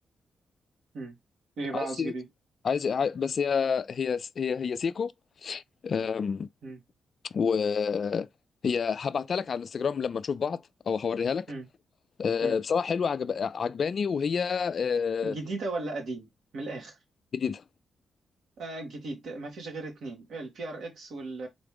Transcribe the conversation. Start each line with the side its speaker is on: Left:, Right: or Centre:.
Right: مم. ايه بقى
Left: عايز
Right: عاوز
Left: أشتري-
Right: جديد
Left: عايز عاي- بس هي هي هي هي سيكو أم،
Right: مم.
Left: وهي هبعتها لك على الانستجرام لما نشوف بعض او هوريها لك
Right: مم.
Left: أه،
Right: مم.
Left: بصراحه حلوه عجب... عجباني وهي أه،
Right: جديدة ولا قديم من الآخر
Left: جديده
Right: آه جديد ما فيش غير اتنين البي ار اكس وال